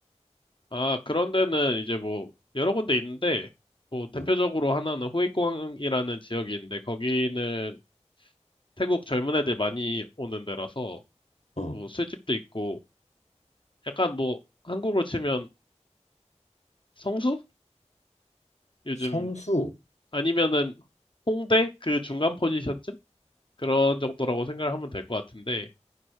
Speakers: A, on the left; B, on the left.
A: 아, 그런 데는 이제 뭐, 여러 군데 있는데, 뭐, 대표적으로
B: 응,
A: 하나는 호이공항이라는 지역이 있는데, 거기는 태국 젊은 애들 많이 오는 데라서,
B: 어
A: 뭐, 술집도 있고, 약간 뭐, 한국으로 치면 성수? 요즘,
B: 성수
A: 아니면은 홍대? 그 중간 포지션쯤? 그런 정도라고 생각을 하면 될 것 같은데,